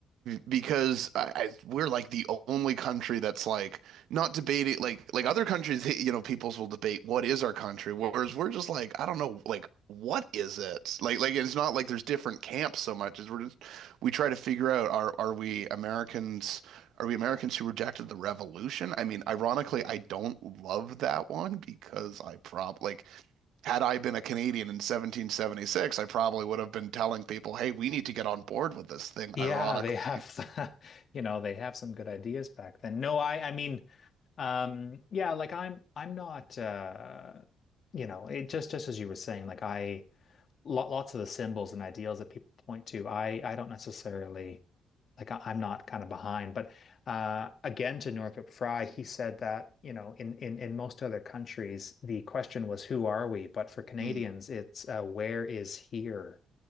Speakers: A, on the right (about 80°); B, on the left (about 55°).
A: because I, I we're like the only country that's like not debating like like other countries <laughs> you know peoples will debate what is our country whereas we're just like I don't know like what is it like like it's not like there's different camps so much as we're just we try to figure out are are we Americans are we Americans who rejected the revolution I mean ironically I don't love that one because I prob like had I been a Canadian in 1776 I probably would have been telling people hey we need to get on board with this thing
B: Yeah,
A: ironically
B: they have, <laughs> you know, they have some good ideas back then. No, I, I mean, um, yeah, like I'm, I'm not, uh, you know, it just, just as you were saying, like I, lot, lots of the symbols and ideals that people point to, I, I don't necessarily. like I- I'm not kind of behind. But uh, again, to Northrop Frye, he said that, you know, in, in, in most other countries, the question was, who are we? But for Canadians,
A: Mm.
B: it's uh, where is here?